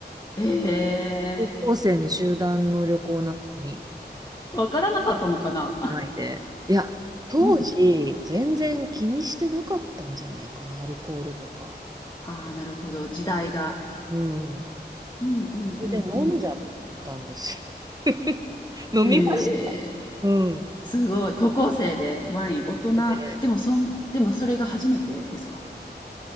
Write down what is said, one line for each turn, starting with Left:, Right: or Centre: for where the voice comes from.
Left: ええ
Right: 高校生の集団の旅行なのに、
Left: ー。わからなかったのかな？
Right: ないで。いや、当時、
Left: <laughs> うん。
Right: 全然気にしてなかったんじゃないかな、アルコールとか。
Left: ああ、なるほど、時代が。
Right: うん。
Left: うんうんうんうん。
Right: それで飲んじゃったんですよ。<laughs> 飲みました。
Left: ええー、
Right: うん。
Left: すごい。高校生でワイン、大人でもそんでもそれが初めてですか？
Right: で、